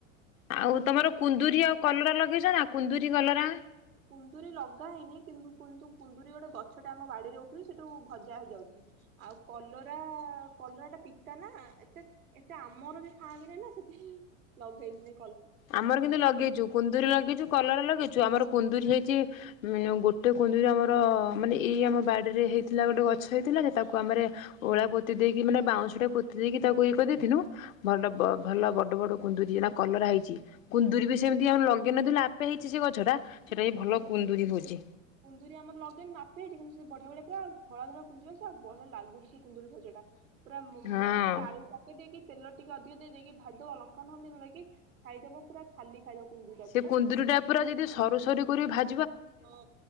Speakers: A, on the left; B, on the right.
A: ଆଉ ତମର କୁନ୍ଦୁରିୀ ଆଉ କଲରା ଲଗେଇ କୁନ୍ଦୁରି ଗଲ ନା
B: କୁନ୍ଦୁରିୀ ଲଗା ହେଇନି କିନ୍ତୁନ୍ତୁ କୁନ୍ଦୁରିୀ ଗୋଟେ ଗଛଟା ଆମ ବାଡିରେ ଉଠୁଛି ସେଠୁ ଭଜା ହେଇଯାଉଛି ଆଉ କଲରା କଲରାଟା ପିତା ନା ଏତେ ଏତେ ଆମର ବି ଖାନ୍ତିରେ ନା ସେଠିଁ ଲଗେଇଲି
A: ଆମର କିନ୍ତୁ ଲଗେଇଛୁ କୁନ୍ଦୁରରି ଲଗେଇଛୁ କଲର ଲଗେଇଛୁ ଯଉ ଆମର କୁନ୍ଦୁରିୀ ହେଇଛି ଗୋଟେ କୁନ୍ଦୁରିୀ ଆମର ମାନେ ଏଇ ଆମ ବାଡ଼ିରେ ହେଇଥିଲା ଗୋଟେ ଗଛ ହେଇଥିଲା। ତାକୁ ଆମେ ଓଳା ବ ପୋତି ଦେଇକି ମାନେ ବାଉଁଟା ପୋତି ଦେଇକ ତାକୁ ଇ କରିଦ ଦେଇଥିନୁ ଭଲ
B: ହୁଁ
A: ଭଲ ବ ବଟ ବ କୁନ୍ତୁ ଦି ଜଣଣା କଲର ହେଇଛି। କୁନ୍ଦୁରିୀ ବି ସେମିତି ଆମେ ଲଗେଇନଥିଲୁ ଆପେ ହେଇଛି ସେ ଗଛଟା ସେଟା
B: ହୁଁ
A: ବି ଭଲ
B: ଆମର
A: କୁନ୍ଦୁରି
B: ସେ
A: ହଉଛି।
B: କୁନ୍ଦୁରି ଆମର ଲଗେଇନି ନାତ ହେଇଛି କିନ୍ତୁ ସେ ବଢିଆ ବଢଆ ପୁରା ଧଳା ଧରା କୁନ୍ଦୁରି ଆସ ଆଉ ବଢଆ ଲାଗୁଛି କୁନ୍ଦୁରୀ ଭଜା ଟା ପୁରା ମାନେ
A: ହଁ।
B: ଖାଲି ଆଳୁକୁ ପକେଇ ଦେଇକି ତେଲ ଟିକ ଅଧିକ ଦେଇକି ଭା ଅଲଙ୍କା ନହ ନେକି ଖାଇଦବ ପୁରା ଖାଲି ଖାଇଦବ କୁନ୍ଦୁରିଟାକୁ
A: ସେ
B: ପା।
A: କୁନ୍ଦୁର ଟା ପୁରା ଯଦି ସରୁ ସରୁ ପୁରୀ ଭା
B: ହଁ